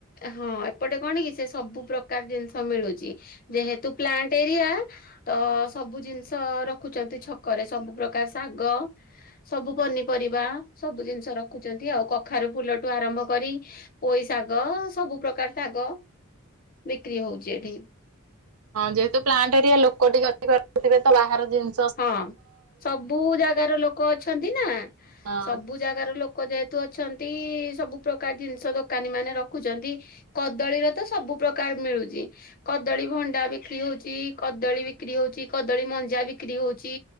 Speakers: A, on the left (about 40°); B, on the right (about 85°).
A: ହଁ ଏପଟେ କଣ କି ସେ ସବୁ ପ୍ରକାର ଜିନିଷ ମିଳୁଚି, ଯେହେତୁ ପ୍ଲାଣ୍ଟ୍ ଏରିଆ ତ ସବୁ ଜିନିଷ ରଖୁଚନ୍ତି ଛକରେ। ସବୁ ପ୍ରକାର ଶାଗ ସବୁ ପନିପରିବା ସବୁ ଜିନିଷ ରଖୁଚନ୍ତି ଆଉ। କଖାରୁ ଫୁଲଠୁ ଆରମ୍ଭ କରି ପୋଇ ଶାଗ ସବୁ ପ୍ରକାର ଶାଗ ବିକ୍ରି ହୋଉଚି ଏଠି।
B: ହଁ ଯେହେତୁ ପ୍ଲାଣ୍ଟ୍ ଏରିଆ ଲୋକ ଟିକେ ଅଧିକ ଥିବେ ତ ବାହାର ଜିନ୍
A: ହଁ ସବୁ ଜାଗାର ଲୋକ ଅଛନ୍ତି ନାଁ
B: ହଁ
A: ସବୁ ଜାଗାର ଲୋ କ ଯେହେତୁ ଅଛନ୍ତି ସବୁ ପ୍ରକାର ଜିନିଷ ଦୋକାନୀମାନେ ରଖୁଚନ୍ତି। କଦଳୀର ତ ସବୁ ପ୍ରକାର ମିଳୁଚି। କଦଳୀ ଭଣ୍ଡା ବିକ୍ରି ହୋଉଚି, କଦଳୀ ବିକ୍ରି ହୋଉଚି, କଦଳୀ ମଞ୍ଜା ବି କ୍ରି ହୋଉଚି